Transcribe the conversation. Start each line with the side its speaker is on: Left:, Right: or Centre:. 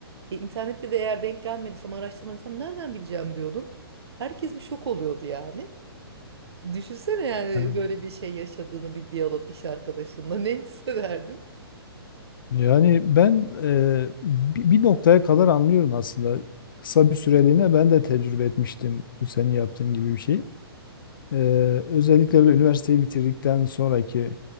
Right: E, internette de eğer denk gelmediysem, araştırmadıysam nereden bileceğim diyordum. Herkes bir şok oluyordu yani. Düşünsene yani
Left: Ha.
Right: böyle bir şey yaşadığını bir diyalog iş arkadaşınla <laughs> ne hissederdin?
Left: Yani ben e, bi- bir noktaya kadar anlıyorum aslında. Kısa bir süreliğine ben de tecrübe etmiştim bu senin yaptığın gibi bir şey. E, özellikle böyle üniversiteyi bitirdikten sonraki